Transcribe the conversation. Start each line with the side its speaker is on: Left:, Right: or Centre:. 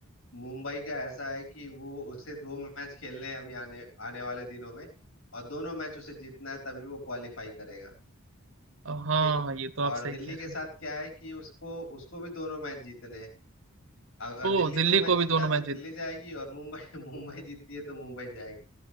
Left: मुंबई का ऐसा है कि वो उसे दो मैच खेलने हैं अभी आने आने वाले दिनों में और दोनों मैच उसे जीतना है तभी वो क्वालिफाई करेगा
Right: हाँ
Left: ठीक
Right: ये तो आप
Left: और
Right: सही
Left: दिल्ली
Right: कह रहे
Left: के साथ
Right: हैं
Left: क्या है कि उसको उसको भी दोनों मैच जीतने हैं अगर
Right: ओ
Left: दिल्ली
Right: दिल्ली
Left: दो मैच
Right: को
Left: जीतता
Right: भी दोनों
Left: है
Right: मैच
Left: तो
Right: जीत
Left: दिल्ली जाएगी और मुंबई <laughs> मुंबई जीतती है तो मुंबई जाएगी